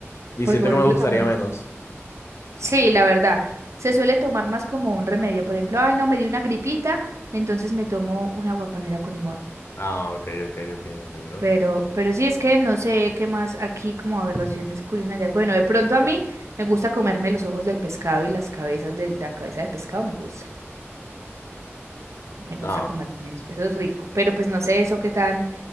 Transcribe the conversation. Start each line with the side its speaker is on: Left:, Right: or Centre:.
Left: Y
Right: Porque,
Left: siento
Right: por
Left: que me
Right: ejemplo,
Left: gustaría
Right: también...
Left: menos.
Right: Sí, la verdad. Se suele tomar más como un remedio. Por ejemplo, ay, no, me dio una gripita, entonces me tomo una guapanera con limón.
Left: Ah, ok, ok, ok, entiendo.
Right: Pero, pero sí, es que no sé qué más aquí como aberraciones culinarias. Bueno, de pronto a mí me gusta comerme los ojos del pescado y las cabezas de la cabeza de pescado me gusta. Me gusta
Left: Ah,
Right: comerme eso. Eso es rico. Pero pues no sé eso qué tan,